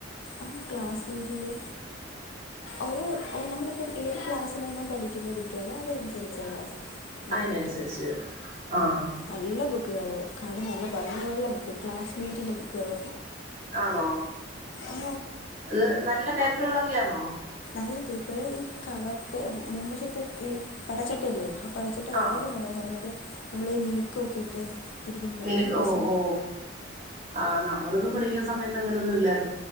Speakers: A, on the left; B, on the right.
A: ആ ക്ലാസ്മേറ്റിന്റെ ഒര് നമ്മളിപ്പോ ഏത് ക്ലാസ്സിലാണോ പഠിക്കുന്ന കുട്ടികൾോഅതനുസരിച്ച ക്ലാസ് ബുക്ക്
B: അയ്നനുസരിച്ച്
A: കിട്ടുന്നത്
B: ആ ആ
A: നല്ല ബുക്കുകൾ കാണാൻ നല്ല ഭംഗിയുള്ള ബുക്ക് ക്ലാസ്മേറ്റിൻ്റെ ബുക്കുകൾ
B: ആന്നോ
A: ആ
B: അത് നല്ല പേപ്പറുകളൊക്കൊന്നോ
A: അരു പേപ്പർ ഈ കവർ മുമ്പശത്തെ ഈ പടച്ചട്ടല്ലേ പഠിച്ചിട്ട
B: ആഹ്
A: വളരെ മനോഹരം മറ്റേ നമ്മള ഈ മിനിക്ക ഒക്കെ ഇട്ട് ഇരിക്കുന്നത്
B: നിനക്ക്
A: നല്ല രസമുണ്ട്
B: ഓ ഓ ആ നമ്മളൊന്നും പഠിക്കുന്ന സമയത്ത് അങ്ങനെന്നും ഇല്ലാരുന്നു